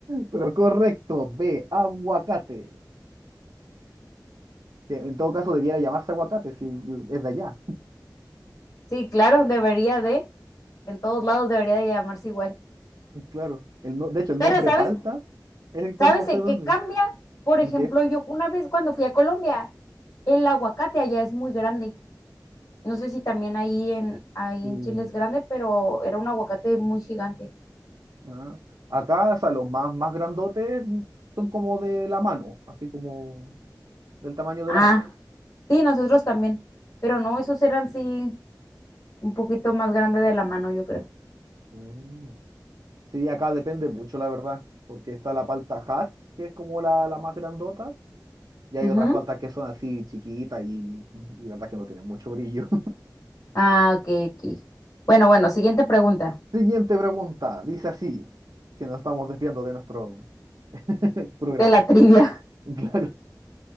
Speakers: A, on the right; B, on the left.
A: Pero correcto, B, aguacate. Que en todo caso debiera llamarse aguacate si es de allá.
B: Sí, claro, debería de, en todos lados debería de llamarse igual.
A: Claro. El no- de hecho, el
B: Pero,
A: nombre
B: ¿sabes?
A: palta es el cual
B: ¿Sabes
A: no sé
B: en
A: dónde.
B: qué cambia? Por
A: ¿En
B: ejemplo,
A: qué?
B: yo una vez cuando fui a Colombia, el aguacate allá es muy grande. No sé si también ahí en, ahí
A: Eh,
B: en Chile es grande, pero era un aguacate muy gigante.
A: ah. Acá, o sea, los más, más grandotes son como de la mano, así como del tamaño
B: Ah,
A: de la mano.
B: Sí, nosotros también, pero no, esos eran sí un poquito más grande de la mano, yo creo.
A: Ah. Sí, acá depende mucho, la verdad, porque está la palta Hass, que es como la, la más grandota, y hay
B: Ujú.
A: otras paltas que son así chiquitas y, y la verdad que no tienen mucho brillo.
B: Ah, ok, ok. Bueno, bueno, siguiente pregunta
A: <laughs> Siguiente pregunta, dice así, si nos estamos desviando de nuestro <laughs> programa.
B: de la trivia,
A: <laughs> Claro.